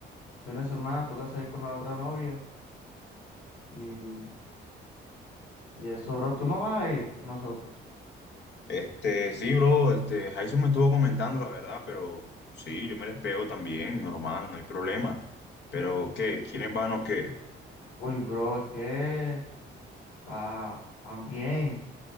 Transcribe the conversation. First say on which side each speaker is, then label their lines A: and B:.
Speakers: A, on the left; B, on the left.
A: Fin de semana toca salir con la otra novia y, y eso, bro, tú no vas a ir con nosotros.
B: Este, sí, bro, este, Jason me estuvo comentando la verdad, pero sí, yo me les pego también, normal, no hay problema. Pero, ¿qué? ¿Quiénes van o qué?
A: Uy, bro, es que va, van bien,